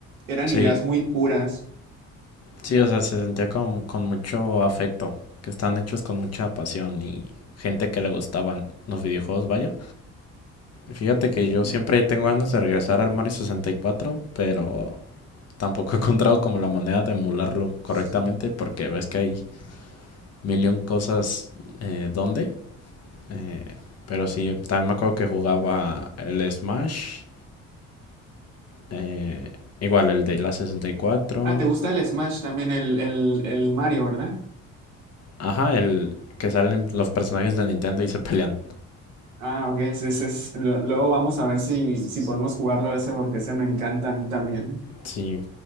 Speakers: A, on the right; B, on the left.
A: eran
B: Sí.
A: ideas muy puras.
B: Sí, o sea, se sentía como con mucho afecto, que están hechos con mucha pasión y gente que le gustaban los videojuegos, vaya. Fíjate que
A: Ujú.
B: yo siempre tengo ganas de regresar al Mario 64, pero tampoco he encontrado como la manera de emularlo correctamente
A: <laughs>
B: porque ves que hay millón cosas eh, donde. Eh, pero sí, también me acuerdo que jugaba el Smash, eh, igual el de la 64.
A: Ah, ¿te gusta el Smash también, el, el, el Mario, ¿verdad?
B: Ajá, el que salen los personajes de Nintendo y se pelean.
A: Ah, ok, ese, ese es, lo- luego vamos a ver si, si podemos jugarlo ese porque ese me encanta a mí también.
B: Sí.